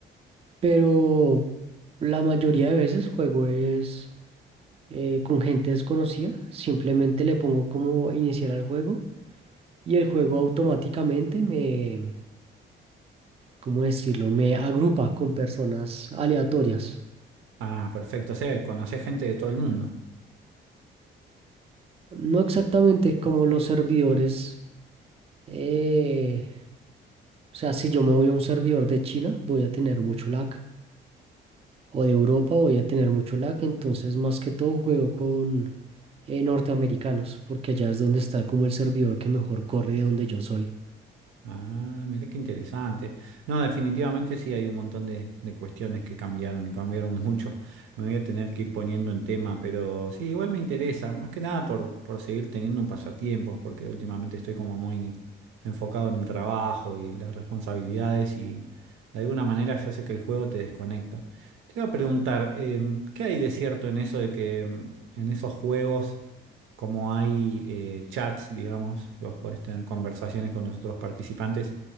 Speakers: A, on the right; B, on the right.
A: Pero la mayoría de veces juego es eh, con gente desconocida. Simplemente le pongo como iniciar al juego y el juego automáticamente me, ¿cómo decirlo? Me agrupa con personas aleatorias.
B: ah, perfecto, o sea, conocés gente de todo el mundo.
A: No exactamente como los servidores. eh, o sea, si yo me voy a un servidor de China, voy a tener mucho lag. O de Europa voy a tener mucho lag. Entonces, más que todo, juego con eh, norteamericanos, porque allá es donde está como el servidor que mejor corre de donde yo soy.
B: Ah, mira qué interesante. No, definitivamente sí hay un montón de, de cuestiones que cambiaron y cambiaron <laughs> mucho. Me voy a tener que ir poniendo en tema, pero sí, igual me interesa, más que nada por, por seguir teniendo un pasatiempos, porque últimamente estoy como muy enfocado en el trabajo y las responsabilidades y de alguna manera yo sé que el juego te desconecta. Te iba a preguntar, em, ¿qué hay de cierto en eso de que em, en esos juegos como hay eh, chats, digamos, que vos podés tener conversaciones con los otros participantes,